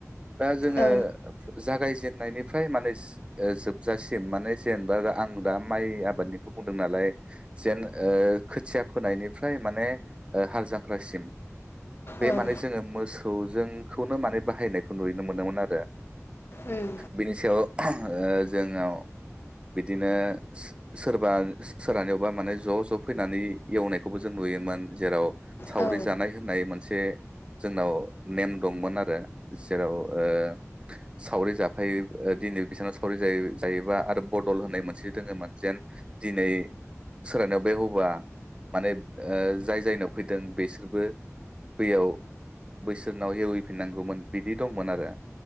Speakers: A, on the right; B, on the left.
A: दा जोङो
B: औ
A: जागायजेननायनिफ्राय माने ओ जोबजासिम माने जेनेबा आं दा माइ आबादनिखौ बुंदों नालाय जेन ओ खोथिया फोनायनिफ्राय माने ओ हाल जांख्रासिम बे
B: उम औ उम
A: माने जोङो मोसौजोंखौनो माने बाहायनायखौ नुनो मोनदोमोन आरो
B: उम
A: बिनिसायाव ओह्रोम ओ जे'न बिदिनो सो सोरबा सोरहानियाव बा माने ज' ज' फैनानै एवनायखौबो जों नुयोमोन जेराव सावरि
B: औ उम औ
A: जानाय होननाय मोनसे जोंनाव नेम दंमोन आरो जेराव ओ सावरि जाफायो ओ दिनै बिसनाव सावरि जायोबा आरो बदल होननाय मोनसे दोङोमोन जेन दिनै सोरहानियावबा एवबा माने जाय जायनियाव फैदों बेसोरबो दैयाव बैसोरनाव एवहैफिननांगौमोन बिदि दंमोन आरो